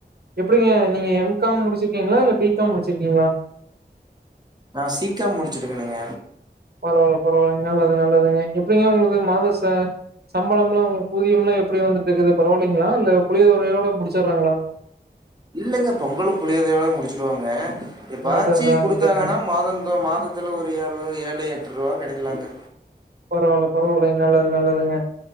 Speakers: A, on the right (about 65°); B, on the right (about 25°).
A: எப்டிங்க நீங்க எம்கம் முடிச்சிருக்கீங்களா இல்ல பிகாம் முடிச்சிருக்கீங்களா
B: நா சீக்கம் முடிச்சிருக்கனுங்க
A: பரவாயில்ல பரவாயில்ல நல்லது நல்லதுங்க எப்டிங்க உங்களுக்கு மாதச சம்பளம்லா உங்க ஊதியம்லா எப்டி வந்துட்டுக்கு பரவாயில்லைங்களா இல்ல புளியதறையோட முடிச்சிடுறாங்களா
B: இல்லங்க பொங்கலு புளியோதரை முடிச்சிருவாங்க எப்பயாச்சு
A: ஆ அதா அதாங்க
B: குடுத்தாங்கன்னா
A: கேட்டே
B: மாதம் இந்த மாதத்துல ஒரு ஏழுநூறு ஏழு எட்டு ரூபா கிடைக்கலாங்க
A: பரவால்ல பரவால்ல நல்லது நல்லதுங்க